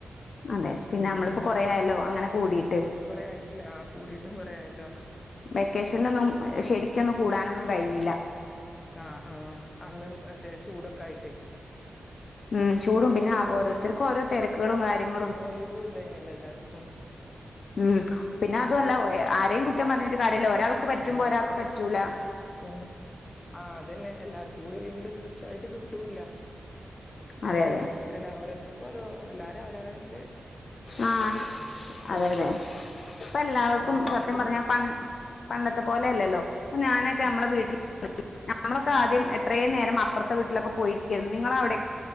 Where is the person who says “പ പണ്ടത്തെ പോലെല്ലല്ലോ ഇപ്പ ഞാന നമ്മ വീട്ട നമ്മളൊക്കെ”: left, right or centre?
Left